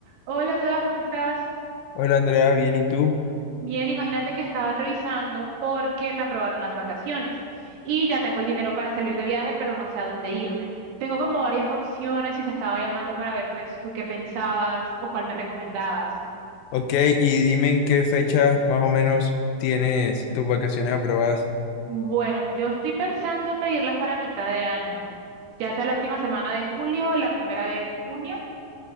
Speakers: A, on the right; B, on the left.
A: Hola, Sebas, ¿cómo estás?
B: Hola Andrea, bien, ¿y tú?
A: Bien, imagínate que estaba revisando porque me aprobaron las vacaciones y ya tengo el dinero para salir de viaje, pero no sé a dónde irme. Tengo como varias opciones y te estaba llamando para ver pues tú qué pensabas o cuál me recomendabas.
B: Ok, y dime en qué fecha más o menos tienes tus vacaciones aprobadas,
A: Bueno, yo estoy pensando pedirlas para mitad de año, ya sea la última semana de julio o la primera de junio,